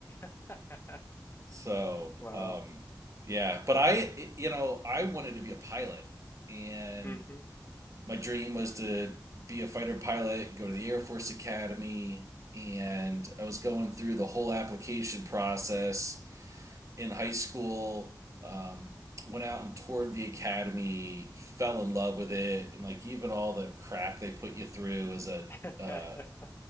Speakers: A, on the left; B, on the right.
A: <laughs>
B: So,
A: Wow.
B: um, yeah. But I, you know, I wanted to be a pilot. And
A: hmm
B: my dream was to be a fighter pilot, go to the Air Force Academy. And I was going through the whole application process in high school. Um, went out and toured the academy, fell in love with it, and like even all the crap they put you through as a
A: <laughs>
B: uh,